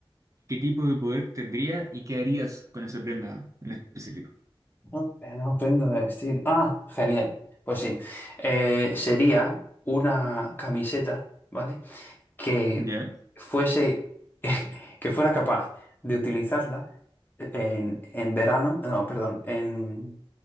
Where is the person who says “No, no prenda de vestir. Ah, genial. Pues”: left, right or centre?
Left